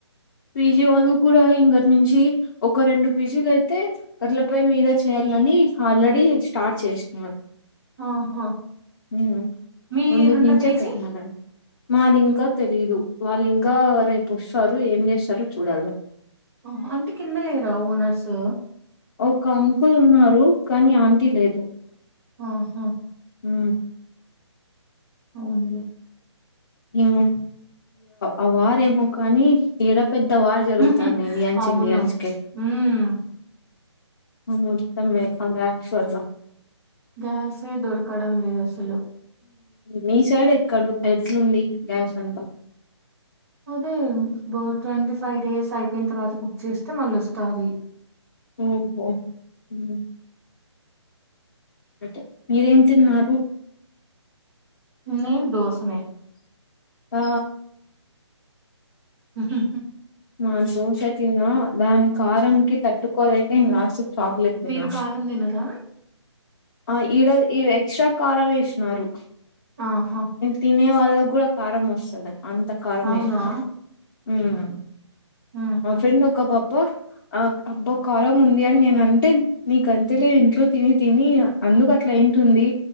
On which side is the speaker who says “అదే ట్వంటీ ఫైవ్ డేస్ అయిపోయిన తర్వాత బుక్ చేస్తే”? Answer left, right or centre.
Right